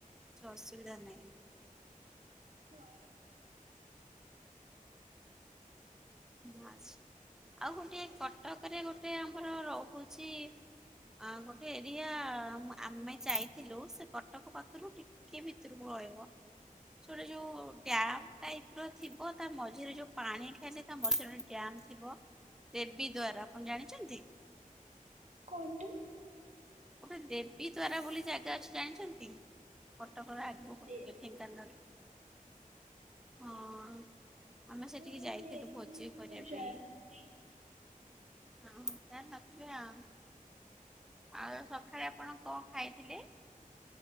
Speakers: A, in the centre; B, on the right.
A: କିଛି ଅସୁବିଧା ନାହିଁ।
B: ହଁ।
A: ମାଛ ଆଉ ଗୋଟିଏ କଟକରେ ଗୋଟେ ଆମର ରହୁଚି। ଆଁ ଗୋଟେ ଏରିଆ ଆମ ଆମେ ଯାଇଥିଲୁ ସେ କଟକ ପାଖରୁ ଟି କେ ଭିତରୁକୁ ରହିବ। ସେଗୁଡା ଯଉ ଡ୍ୟାମ ଟାଇପ ର ଥିବ ତା ମଝିରେ ଯୋଉ ପାଣି ଖାଲି। ତା ମଝିରେ ଗୋଟେ ଡ୍ୟାମ ଥିବ ଦେବୀ ଦ୍ଵାର। ଆପଣ ଜାଣିଛନ୍ତି?
B: କଉମ ଟି।
A: ଗୋଟେ ଦେବୀ ଦ୍ଵାରା ବୋଲି ଜାଗା ଅଛି ଜାଣିଚନ୍ତି? କଟକ ର ଅଗୁକୁ
B: ଦେବି
A: ଟିକେ ଢେଙ୍କାନାଳେ <inaudible> ହଁ। ଆମେ ସେଠିକି
B: ଉଁ
A: ଯାଇଥିଲୁ
B: ନେବି
A: ଭୋଜି କରିବା
B: ମୁଁ ଜାଣିନି।
A: ପାଇଁ। <unintelligible> ଆଉ ସଖାଳେ ଆପଣ କଣ ଖାଇଥିଲେ?